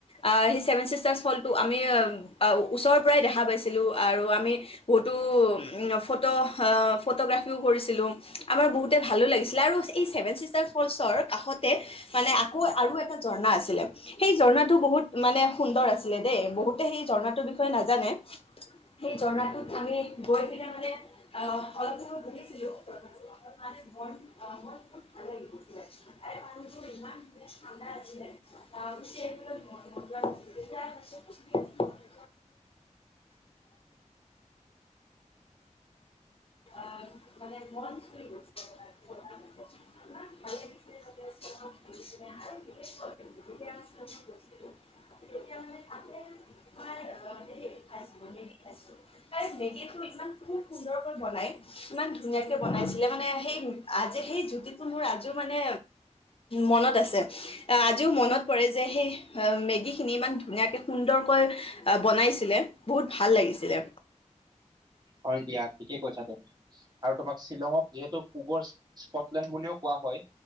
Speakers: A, on the left; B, on the right.
A: আহ সেই ছেভেন চিষ্টাৰ্চ ফলচটো আমি ওচৰৰ পৰাই দেখা পাইছিলো আৰু আমি বহুতো উম ফটো আ ফটোগ্ৰাফিও কৰিছিলো, আমাৰ বহুতে ভালো লাগিছিলে আৰু এই চছেভেন চিষ্টাৰ ফলচৰ কাষতে মানে আকৌ আৰু এটা ঝৰ্ণা আছিলে। সেই ঝৰ্ণাটো বহুত মানে সুন্দৰ আছিলে দেই বহুতে সেই ঝৰ্ণাটোৰ বিষয়ে নাজানে। সেই ঝৰ্ণাটোত আমি গৈ পিনে মানে অ অলপ সময় বহিছিলো। মানে মন আ ভাল লাগি গৈছিলে, <unintelligible> <unintelligible> আহ মানে মন চুই গৈছিলে <unintelligible> <unintelligible> তেতিয়া মানে তাতে তোমাৰ <unintelligible> সে মেগীটো ইমান খুব সুন্দৰকৈ বনাই ইমান ধুনীয়াকে বনাইছিলে মানে সেই আজি সেই জুতিটো মোৰ আজিও মানে মনত ত আছে, আজিও মনত পৰে যে সেই মেগী খিনি ইমান ধুনীয়াকে সুন্দৰকৈ আঁহ বনাইছিলে বহুত ভাল লাগিছিলে।
B: হয় দিয়া থিকে কৈছা তুমি। আৰু তোমাক শ্বিলঙক যিহেতু পূবৰ স্কটলেণ্ড বুলিও কোৱা হয়,